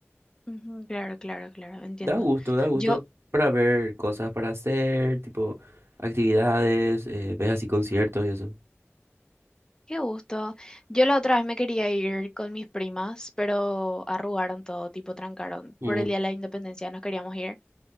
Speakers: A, on the left; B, on the right.
A: ujú, claro, claro, claro, entiendo.
B: Da gusto, da gusto
A: Yo
B: para ver cosas para hacer, tipo actividades, eh, ves así conciertos y eso.
A: Qué gusto. Yo la otra vez me quería ir con mis primas, pero arrugaron todo, tipo trancaron.
B: Mm.
A: Por el Día de la Independencia nos queríamos ir